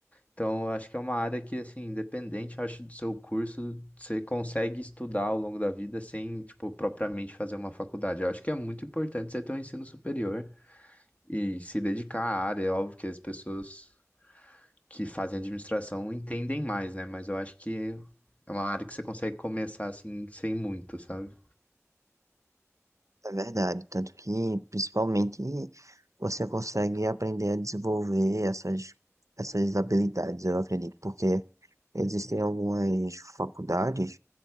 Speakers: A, on the left; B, on the right.
A: Então, eu acho que é uma área que, assim, independente, eu acho, do seu curso, você consegue estudar ao longo da vida sem, tipo, propriamente fazer uma faculdade. Eu acho que é muito importante você ter um ensino superior e se dedicar à área. É óbvio que as pessoas que fazem administração entendem mais, né? Mas eu acho que é uma área que você consegue começar assim sem muito, sabe?
B: É verdade, tanto que principalmente você consegue aprender a desenvolver essas, essas habilidades, eu acredito, porque existem algumas faculdades